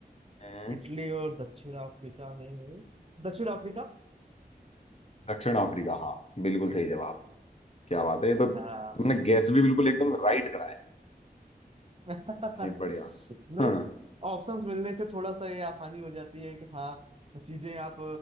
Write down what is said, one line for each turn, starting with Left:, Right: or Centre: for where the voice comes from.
Left: हम्म
Right: इटली और दक्षिण अफ्रीका में दक्षिण अफ्रीका
Left: दक्षिण अफ्रीका हाँ बिल्कुल सही जवाब क्या बात है ये तो तुमने
Right: हाँ
Left: गैस भी बिल्कुल एकदम राइट कराया
Right: <laughs>
Left: नहीं बढ़िया
Right: नहीं
Left: हाँ
Right: ऑप्शंस मिलने से थोड़ा सा ये आसानी हो जाती है कि हाँ चीजें आप